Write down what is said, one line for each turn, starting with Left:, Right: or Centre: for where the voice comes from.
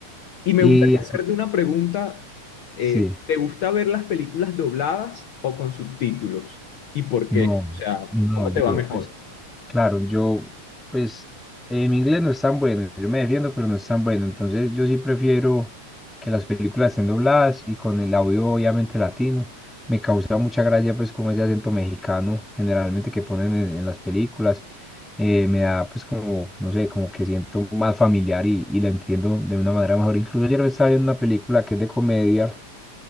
Left: Y me
Centre: Y
Left: gustaría hacerte una pregunta. eh,
Centre: sí,
Left: ¿te gusta ver las películas dobladas o con subtítulos? ¿Y por
Centre: no,
Left: qué? O sea,
Centre: no,
Left: ¿cómo te va
Centre: yo
Left: mejor?
Centre: pues. Claro, yo, pues, eh, mi inglés no es tan bueno, yo me defiendo, pero no es tan bueno, entonces yo sí prefiero que las películas estén dobladas y con el audio obviamente latino. Me causa mucha gracia, pues, como ese acento mexicano generalmente que ponen en, en las películas, eh, me da, pues, como, no sé, como que siento más familiar y, y la entiendo de una manera mejor. Incluso ayer estaba viendo una película que es de comedia